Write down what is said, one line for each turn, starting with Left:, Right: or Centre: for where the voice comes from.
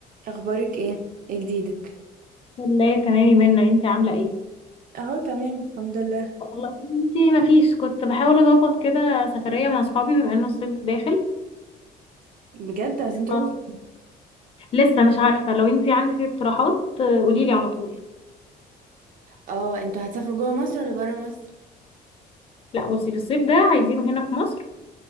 Right: اخبارك ايه ايه جديدك
Left: والله تمام يا منى انت عامله ايه
Right: اهو تمام الحمد لله
Left: والله انت ما فيش كنت بحاول اظبط كده سفريه مع اصحابي بما انه الصيف داخل
Right: بجد عايزين تروحوا
Left: ف-
Right: فين؟
Left: لسه مش عارفه لو انت عندك اقتراحات قولي لي على طول
Right: اه انتوا هتسافروا جوه مصر ولا بره مصر
Left: لا بصي في الصيف ده عايزينه هنا في مصر